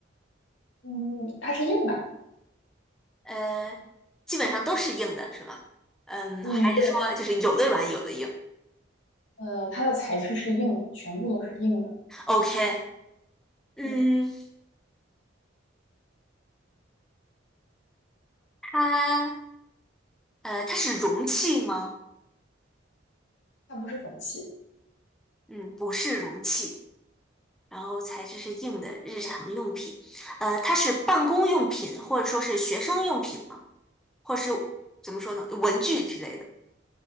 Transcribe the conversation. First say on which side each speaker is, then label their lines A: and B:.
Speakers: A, on the left; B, in the centre.
A: 嗯，它是硬的，
B: 呃，基本上都是硬的，是吧？嗯，
A: 嗯，
B: 还是说就是有的软有的硬
A: 对的，呃，它的材质是硬的，全部都是硬的，
B: ？OK，嗯，
A: 嗯，
B: 它呃它是容器吗？
A: 它不是容器，
B: 嗯，不是容器。然后材质是硬的，日常用品，
A: 对，
B: 呃，它是办公用品或者说是学生用品吗？或是怎么说呢，文具之类的，